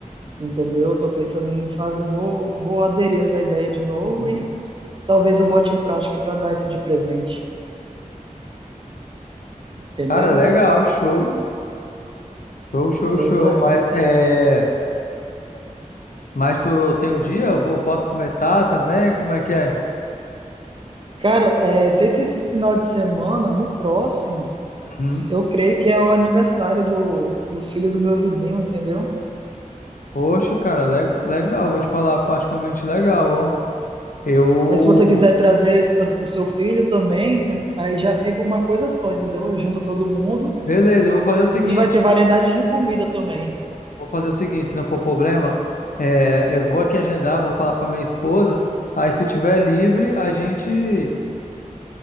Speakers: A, on the right; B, on the left.
A: entendeu? Tô pensando em fazer, vou, vou aderir a essa ideia de novo
B: uhum.
A: e talvez eu bote em prática para dar esse de presente, entendeu?
B: Cara, legal, show. Show, show,
A: Pois
B: show.
A: é.
B: Mas, é... Mas tu tem o dia? Eu vou- posso experimentar também? Como é que é?
A: Cara, é, sei se esse final de semana, no próximo,
B: Uhum.
A: eu creio que é o aniversário do, do filho do meu vizinho, entendeu?
B: Poxa, cara, le- legal, vou te falar, particularmente legal, ó. Eu.
A: Aí se você quiser trazer s- o seu filho também, enten- aí já fica uma coisa só, entendeu? Junta todo mundo
B: Beleza, eu vou fazer o seguinte.
A: e vai ter variedade de comida também.
B: Vou fazer o seguinte, se não for problema, é, eu vou aqui agendar, vou falar pra minha esposa. Aí se tu tiver livre, a gente.